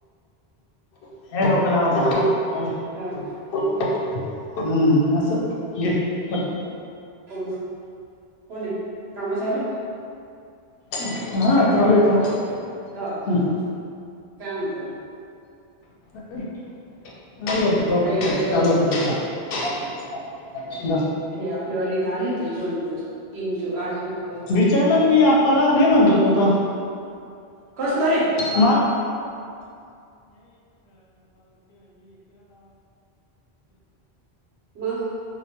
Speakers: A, on the left; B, on the right.
A: <unintelligible>
B: हा का हम्म.
A: <unintelligible>
B: कोण, कोण आहे? काम चालू आहे का?
A: हा, चालू आहे काम.
B: हा का.
A: हम्म.
B: काय म्हणता अजून?
A: <unintelligible>
B: काही इथे तर
A: चालू <unintelligible> त्याचा. <unintelligible>
B: हे आपल्या वालीत आली ती, दोन दिवस, तीन दिव, आठ दिवस
A: विचारलं का मी आप्पाला. नाही म्हणतो तो तर
B: कसलं रे
A: मग?
B: <unintelligible>